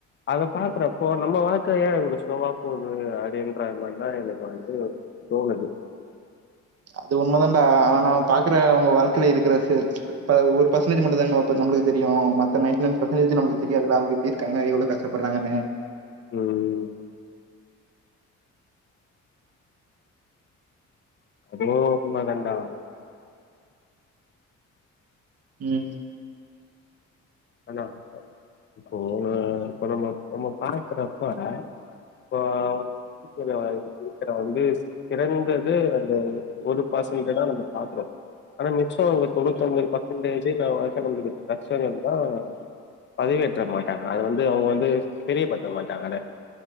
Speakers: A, on the left; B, on the right.
A: அத பாக்றப்போ நம்ம வாழ்க்க ஏன் இவ்ளோ ஸ்லோவா போகுது அப்டின்ற மாரிதா இதுக்கு வந்து தோனுது
B: அது உண்ம தான்டா ஆனா நாம பாக்குற அவங்க வாழ்க்கையில இருக்கிற சே இப்ப ஒரு பர்சன்டேஜ் மட்டு தா இப்ப நம்ளுக்கு தெரியு மத்த நைன்டி நைன் பர்சன்டேஜ் நம்ளுக்கு தெரியாதுல அவங்க எப்டி இருக்காங்க எவ்ளோ கஷ்டப்பறாங்கனு
A: உம் அதோ உண்ம தாண்டா
B: உம்
A: அண்ணா போன <unintelligible> நம்ம பாக்கறப்ப இப்ப <inaudible> வாழ்க்கைல <inaudible> வந்து சிறந்தது அந்த ஒரு பசன்டுதா நம்ம பாக்றோ ஆனா மிச்சோ ஒரு தொண்ணூத் ஒம்போது பர்சன்டேஜூ நா <unintelligible> தா பதிவேற்ற மாட்டாங்க அத வந்து அவங்க வந்து தெரிய படுத்த மாட்டாங்க